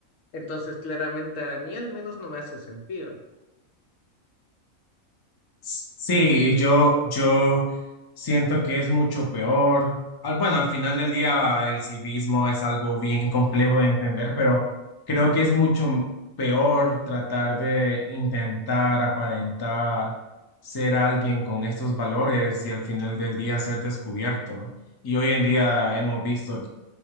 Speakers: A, on the left (about 70°); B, on the left (about 25°).
A: entonces claramente a mí al menos no me hace sentido.
B: Sí, y yo, yo siento que es mucho peor. Al- bueno, al final del día el civismo es algo bien complejo de entender, pero creo que es mucho peor tratar de intentar aparentar ser alguien con estos valores y al final del día ser descubierto. Y hoy en día hemos visto